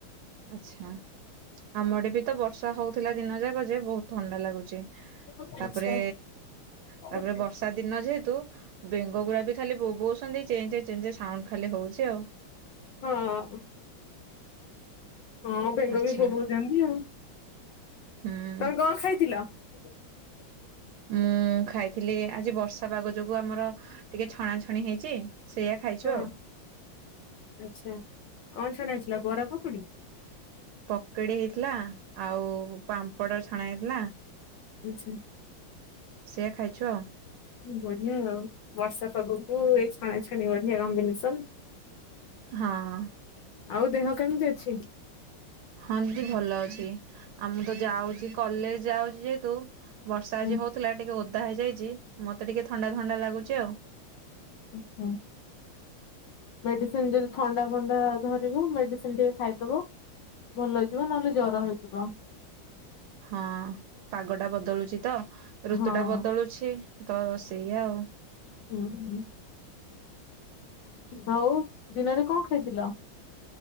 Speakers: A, on the right; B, on the left.
A: ଆଛା, ଆମଆଡେ ବି ତ ବର୍ଷା ହଉଥିଲା ଦିନ ଯାକ ଯେ ବହୁତ ଥଣ୍ଡା ଲାଗୁଛି।
B: ଆଚ୍ଛା
A: ତାପରେ, ତାପରେ
B: ହୁଁ
A: ବର୍ଷା ଦିନ ଯେହେତୁ ବେଙ୍ଗ ଗୁୁରା ବି ଖାଲି ବୋଉଛନ୍ତି ଚେଁ ଚେଁ ଚେଁ ଚେଁ ସାଉଣ୍ଡ ଖାଲି ହଉଛି ଆଉ
B: ହଁ ଅଁ ହଁ ବେଙ୍ଗ
A: ଆଚ୍ଛା
B: ବି ଭବଉଛନ୍ତି ଆଉ
A: ହୁଁ
B: ତମେ କଣ ଖାଇଥିଲ <unintelligible>
A: ଉଁ, ଖାଇଥିଲି ଆଜି ବର୍ଷା ପାଗ ଯୋଗୁ ଆମର ଟିକେ ଛଣାଛଣି ହେଇଛି। ସେଇଆ ଖାଇଛୁ
B: ହଁ
A: ଆଉ।
B: ଆଛା, କଣ ଛଣା ହେଇଥିଲା ବରା ପକୁଡି
A: ପକେଡି ହେଇଥିଲା ଆଉ ପାମ୍ପଡ ଛଣା ହେଇଥିଲା।
B: ଆଛା।
A: ସେଆ ଖାଇଛୁ ଆଉ
B: ବଢ଼ିଆ ଆଉ, ବର୍ଷା ପାଗକୁ ଏଇ ଛଣା ଛଣି ବଢ଼ିଆ କମ୍ବିନେସନ୍।
A: ହଁ ଅ
B: ଆଉ ଦେହ କେମିତି ଅଛି?
A: ହଁ ଦିଦି ଭଲ ଅଛି ଆ ମୁଁ ତ ଯାଉଛି କଲେଜ ଯାଉଛି ଯେହେତୁ ବର୍ଷା
B: ହୁଁ
A: ଆଜି ହଉଥିଲା ଟିକେ ଓଦା ହେଇଯାଇଛି ମତେ ଟିକେ ଥଣ୍ଡା ଥଣ୍ଡା ଲାଗୁଛି ଆଉ
B: ଆଛା ମେଡିସିନ ଯଦି ଥଣ୍ଡା ଫଣ୍ଡା ଧରିବ, ମେଡିସିନ ଟିକେ ଖାଇଦବ। ଭଲ ହେଇଯିବ, ନହେଲେ ଜର ହେଇଯିବ।
A: ହ ହଁ ପାଗଟା ବଦଳୁଛି ତ, ଋତୁଟା
B: ହଁ
A: ବଦଳୁଛି, ତ ସେଇଆ ଆଉ।
B: ହୁଁ ହୁଁ। ଆଉ ଦିନରେ କଣ ଖାଇଥିଲ?